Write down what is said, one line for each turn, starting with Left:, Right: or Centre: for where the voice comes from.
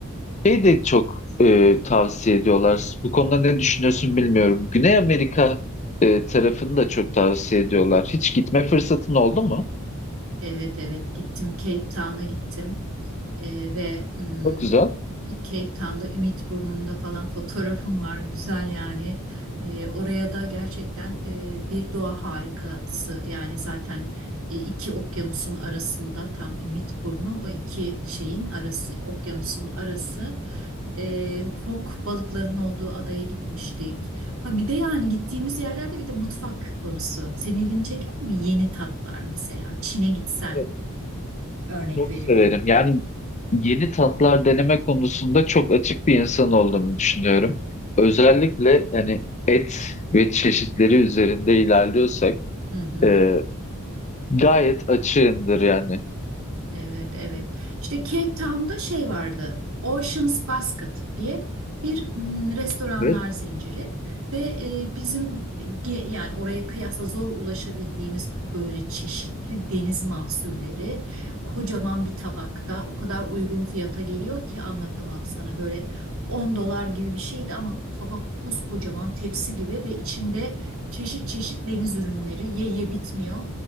Left: şey de çok e, tavsiye ediyorlar. Bu konuda ne düşünüyorsun bilmiyorum. Güney Amerika e, tarafını da çok tavsiye ediyorlar. Hiç gitme fırsatın oldu mu?
Right: Evet evet gittim Cape Town'a gittim. Ee, ve hmm,
Left: Çok güzel.
Right: Cape Town'da Ümit Burnu'nda falan fotoğrafım var. Güzel yani. Ee, oraya da gerçekten e, bir doğa harikası. Yani zaten e, iki okyanusun arasında tam Ümit Burnu o iki şeyin arası, okyanusun arası. Ee, fok balıkların olduğu adaya gitmiştik. Ha bir de yani gittiğimiz yerlerde bir de mutfak konusu. Senin ilgini çeker mi? Yeni tatlar mesela. Çin'e gitsen
Left: Evet,
Right: örnek
Left: çok
Right: veriyorum.
Left: severim. Yani yeni tatlar deneme konusunda çok açık bir insan olduğumu düşünüyorum. Özellikle yani et ve çeşitleri üzerinde ilerliyorsak
Right: Hı hı.
Left: e, gayet açığımdır yani.
Right: Evet, evet. İşte Cape Town'da şey vardı. Ocean's Basket diye bir mm, restoranlar
Left: Evet.
Right: zinciri ve e, bizim ge- yani oraya kıyasla zor ulaşabildiğimiz böyle çeşitli deniz mahsulleri kocaman bir tabakta o kadar uygun fiyata geliyor ki anlatamam sana. Böyle 10 dolar gibi bir şeydi ama tabak koskocaman tepsi gibi ve içinde çeşit çeşit deniz ürünleri ye ye bitmiyor.